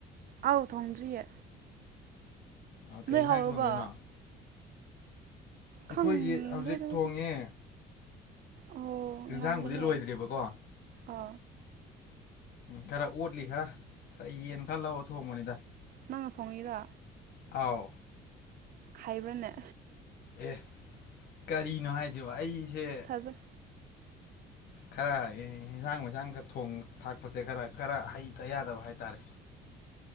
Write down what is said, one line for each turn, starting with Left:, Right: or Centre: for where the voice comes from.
Right: ꯑꯥꯎ ꯊꯣꯡꯗ꯭ꯔꯤꯌꯦ
Left: ꯑꯣ ꯀꯩ
Right: ꯅꯣꯏ
Left: ꯏꯟꯁꯥꯡ
Right: ꯍꯧꯔꯕꯣ
Left: ꯊꯣꯟꯗꯣꯏꯅꯣ ꯑꯩꯈꯣꯏꯒꯤ
Right: ꯈꯪꯗꯦꯗ
Left: ꯍꯧꯖꯤꯛ
Right: ꯍꯧꯖꯤꯛꯇꯤ
Left: ꯊꯣꯡꯉꯦ
Right: ꯑꯣ
Left: ꯏꯟꯁꯥꯡꯕꯨꯗꯤ
Right: ꯉꯜꯂꯦꯍꯦ
Left: ꯂꯣꯏꯗ꯭ꯔꯤꯕꯀꯣ
Right: ꯑ
Left: ꯎꯝ ꯈꯔ ꯑꯣꯠꯂꯤ ꯈꯔ ꯈꯔ ꯌꯦꯟ ꯈꯔ ꯂꯧꯔꯨꯔ ꯊꯣꯡꯕꯅꯤꯗ
Right: ꯅꯪꯅ ꯊꯣꯡꯉꯤꯔꯥ
Left: ꯑꯥꯎ
Right: ꯍꯩꯕ꯭ꯔꯥꯅꯦ
Left: ꯑꯦ ꯀꯔꯤꯅꯣ ꯍꯥꯏꯖꯤꯕꯣ ꯑꯩꯁꯦ
Right: ꯊꯥꯖꯩ
Left: ꯈꯔ ꯍꯤꯟꯖꯥꯥꯡ ꯃꯩꯁꯥꯡ ꯈꯔ ꯊꯣꯡ ꯊꯥꯛꯄꯁꯦ ꯈꯔ ꯈꯔ ꯍꯩꯇ ꯌꯥꯗꯕ ꯍꯥꯏꯇꯥꯔꯦ